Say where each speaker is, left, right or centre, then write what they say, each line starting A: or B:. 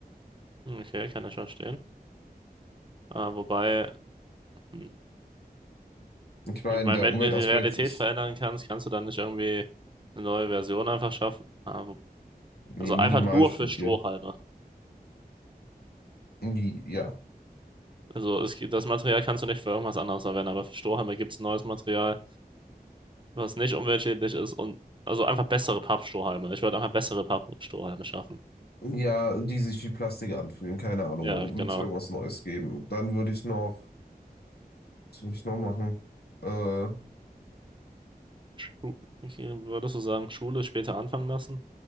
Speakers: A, on the right; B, on the left.
A: Okay, kann ich verstehen. Ah, wobei, hm,
B: Ich meine,
A: Ich meine,
B: der
A: wenn
B: Umweltaspekt
A: du die Realität
B: ist,
A: verändern kannst, kannst du dann nicht irgendwie eine neue Version einfach schaffen. Aber,
B: nee,
A: also
B: minimal
A: einfach nur
B: steht
A: für Strohhalme.
B: hier. Die, ja.
A: Also es, gibt- das Material kannst du nicht für irgendwas anderes verwenden, aber für Strohhalme gibt es neues Material, was nicht umweltschädlich ist und also einfach bessere Pappstrohhalme. Ich würde einfach bessere Pappstrohhalme schaffen.
B: Ja, die sich wie Plastik anfühlen. Keine Ahnung,
A: Ja,
B: da
A: genau.
B: wird es irgendwas Neues geben. Dann würde ich noch, was würde ich noch machen? Äh,
A: Schu- Okay, würdest du sagen, Schule später anfangen lassen?